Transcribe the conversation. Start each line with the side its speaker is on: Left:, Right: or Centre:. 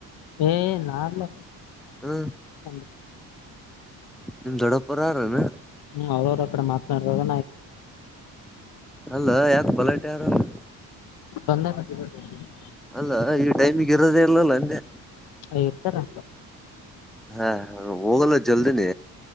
Left: ಏ ನಾಾನಲ್ಲ
Centre: ಹ್ಮ
Left: <inaudible>
Centre: ನಿಮ್ ದೊಡ್ಡಪ್ಪರ ಯಾರನ
Left: ಅವ ಅವ್ರ ಕಡೆ ಮಾತನಾಡೋದ
Centre: ಅಲ್ಲ ಯಾಕ ಬಲಟ ಯಾರಲ್ಲ
Left: ಬಂದ ಕಟ್ಟ <unintelligible>
Centre: ಅಲ್ಲ ಈ ಟೈಮಿಗೆ ಇರೋದೇ ಇಲ್ಲಲ್ಲ ಅಂದೆ
Left: ಇರ್ತಾರ
Centre: ಹಾ ಹೋಗಲ್ಲ ಜಲ್ದಿನಿ